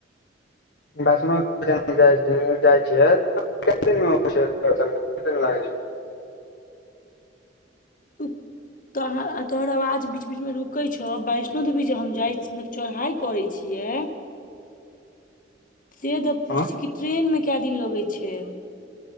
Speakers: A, on the left (about 65°); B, on the left (about 45°).
A: वष्णो <inaudible> जेना जाइ छै जाइ छियै <inaudible> कते दिनमे के दिन लागै छै
B: <unintelligible> तोह तोहर आवाज बीच बीच मे रुकै छौ वैष्णो देवी जे हम जाइ मलब चढ़ाई करै छियै से तऽ पूछैत
A: हँ
B: छी कि ट्रेनमे कए दिन लगैत छै